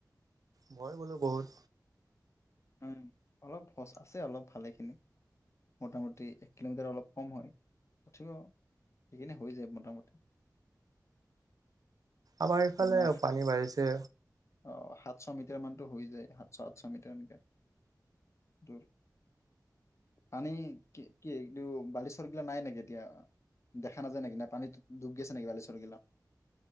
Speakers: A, on the right (about 60°); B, on the left (about 40°).
A: মই বোলো বহুত,
B: উ অলপ সচ, আছে অলপ ভালেখিনি। মোটামুটি, এক কিলোমিটাৰ অলপ কম হয়। তথাপিও, সেইখিনি হৈ যায় মোটামুটি।
A: আমাৰ ইফালে
B: যেনে
A: পানী বাঢ়িছে।
B: অ, সাতশ মিটাৰ মানতো হৈ যায়। সাতশ আঠশ মিটাৰ এনেকে। তোৰ। পানী কি, কি এইটো বালিচৰগিলা নাই নেকি এতিয়া? দেখা নাযায় নেকি? নে পানীত ডুব গৈছে নেকি বালিচৰগিলা?